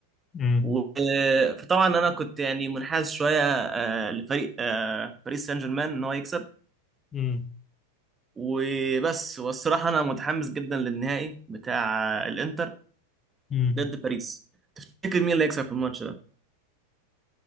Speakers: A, on the left; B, on the right.
A: مم.
B: و- فطبعا انا كنت يعني منحاز شويه آه، لفريق آه، باريس سان جيرمان ان هو يكسب
A: مم.
B: وبس والصراحه انا متحمس جدا للنهائي بتاع آه، الانتر
A: مم.
B: ضد باريس تفتكر مين اللي هيكسب في الماتش ده